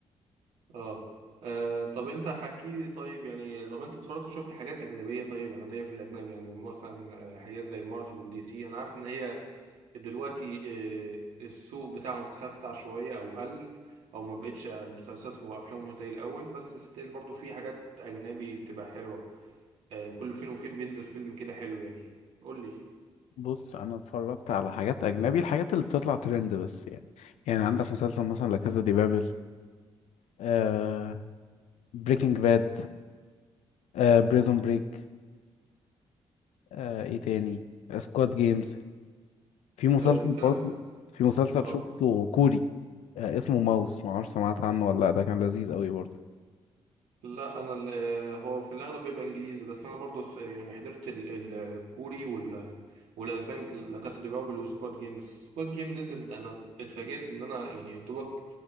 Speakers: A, on the right; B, on the left.
A: اه آه، طب انت حكي لي طيب يعني طب انت اتفرجت شفت حاجات اجنبيه طيب انا ليا في الاجنبي يعني مثلا آه، حاجات زي مارفل ودي سي انا عارف ان هي دلوقتي آه، السوق بتاعهم خسع شوية أو قل أو ما بقتش مسلسلاتهم وأفلامهم زي الأول بس ستيل برضو في حاجات أجنبي بتبقى حلوة آه، كل فين وفين بينزل فيلم كده حلو يعني قول لي
B: بص انا اتفرجت على حاجات اجنبي الحاجات اللي بتطلع ترند بس يعني يعني عندك مسلسل مثلا لا كازا دي بابل آه بريكنج باد آه بريزون بريك آه ايه تاني سكواد جيمز في مسلسل
A: آه، كلام
B: برضو في مسلسل
A: آه
B: شفته
A: قول.
B: كوري آه، اسمه ماوس ما اعرفش سمعت عنه ولا لا ده كان لذيذ قوي برضه
A: لا أنا ال- آه، هو في الأغلب بيبقى إنجليزي بس أنا برضو س- يعني حضرت ال- الكوري وال والأسباني مثل لا كاسا دي بابل وسكواد جيم بس سكواد جيم نزل أنا اتفاجئت إن أنا يعني يا دوبك